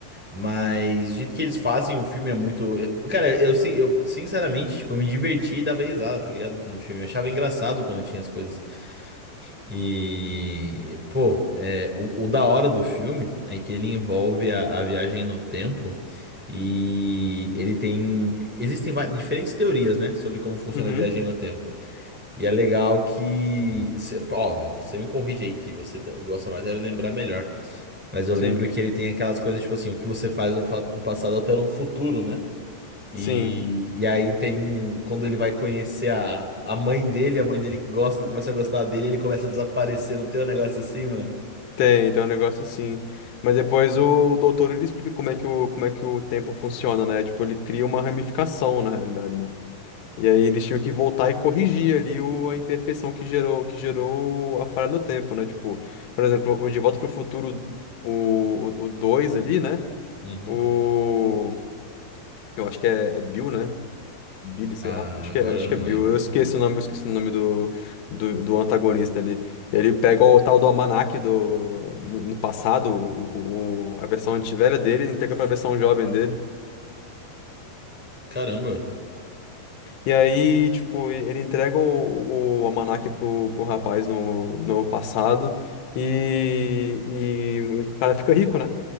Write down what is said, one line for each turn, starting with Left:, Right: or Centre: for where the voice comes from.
Centre: Mas o jeito que eles fazem o filme é muito. eu- Cara, eu, si- eu sinceramente, tipo, eu me diverti e dava risada, tá ligado? No filme. Eu achava engraçado quando tinha as coisas. E, pô, é, o, o da hora do filme é que ele envolve a, a viagem no tempo e ele tem. Existem va- diferentes teorias, né, sobre como funciona
Left: Uhum,
Centre: a viagem no tempo. E é legal que. cê- ó, você me corrige aí que você tá- gosta mais, deve lembrar melhor. Mas eu
Left: sim,
Centre: lembro que ele tem aquelas coisas tipo assim: o que você faz no, fa- no passado altera o futuro, né? E,
Left: sim.
Centre: e aí tem. um, Quando ele vai conhecer a, a mãe dele, a mãe dele gosta, começa a gostar dele, ele começa a desaparecer, não tem um negócio assim, mano?
Left: Tem, tem um negócio assim. Mas depois o doutor ele explica como é que o, como é que o tempo funciona, né? Tipo, ele cria uma ramificação, na realidade, né? E aí eles tinham que voltar e corrigir ali o, a imperfeição que gerou, que gerou a falha no tempo, né? Tipo, por exemplo, o De Volta pro Futuro, o, o, o 2 ali, né?
Centre: Uhum.
Left: O. Eu acho que é, é Bill, né? Billy, sei
Centre: Ah,
Left: lá. Acho
Centre: agora
Left: que é, acho
Centre: eu não
Left: que é Bill.
Centre: lembro.
Left: Eu esqueci o nome, eu esqueci o nome do, do, do antagonista ali. Ele pega o tal do almanaque do, no, no passado, o, o- a versão anti- velha dele, e entrega pra versão jovem dele.
Centre: Caramba.
Left: E aí, tipo, ele entrega o, o almanaque pro, pro rapaz no, no passado e, e o cara fica rico, né?